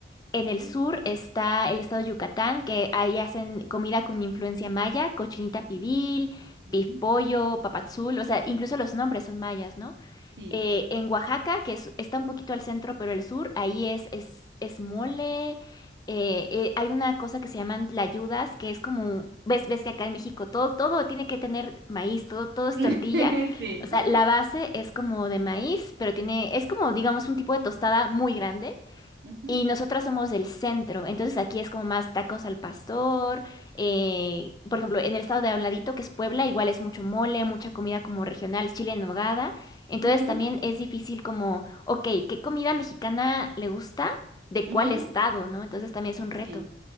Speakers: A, on the left; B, on the right.
A: en
B: ¿ok?
A: el sur está el estado de Yucatán, que ahí hacen comida con influencia maya, cochinita pibil,
B: mm,
A: pif pollo, papadzul, o sea, incluso los nombres son mayas, ¿no?
B: sí,
A: Eh, en Oaxaca, que es- está un poquito al centro, pero el sur, ahí es, es, es mole. eh, eh, hay una cosa que se llaman tlayudas, que es como, ves, ves que acá en México todo, todo tiene que tener maíz, todo, todo es
B: <laughs>
A: tortilla.
B: sí,
A: O sea, la base es como de maíz, pero tiene, es como, digamos, un tipo de tostada muy grande.
B: ujú,
A: Y nosotras somos el centro, entonces aquí es como más tacos al pastor. eh, por ejemplo, en el estado de Habladito, que es Puebla, igual es mucho mole, mucha comida como regional, chile en nogada. Entonces
B: ujú,
A: también es difícil como, ok, ¿qué comida mexicana le gusta? ¿De
B: ujú,
A: cuál estado, no? Entonces también es un reto.
B: sí.